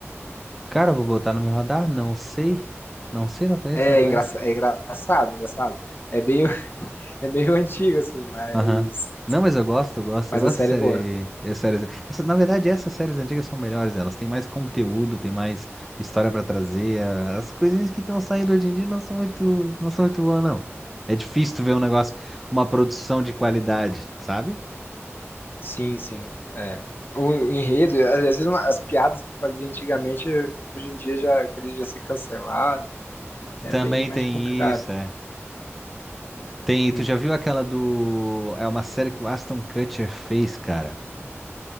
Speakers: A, in the centre; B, on the left (about 45°).
A: Cara, eu vou botar no meu radar? Não sei. Não sei, não conheço,
B: É,
A: não conheço.
B: engraça- é engraçado, é engraçado. É meio, <laughs> é meio antigo, assim, mas,
A: Aham. Não, mas eu gosto, eu gosto.
B: mas
A: Eu gosto
B: a série
A: de série,
B: é boa.
A: eh, séries. Essa, na verdade, essas séries antigas são melhores. Elas têm mais conteúdo, têm mais história pra trazer. a- As coisinhas que estão saindo hoje em dia não são muito, não são muito boas, não. É difícil tu ver um negócio, uma produção de qualidade, sabe?
B: Sim, sim. É. O enredo, às vezes uma- as piadas que fazia antigamente, hoje em dia já queria já ser cancelado. É
A: Também
B: bem mais
A: tem
B: complicado.
A: isso, é. Tem,
B: Hum.
A: tu já viu aquela do. É uma série que o Aston Kutcher fez, cara.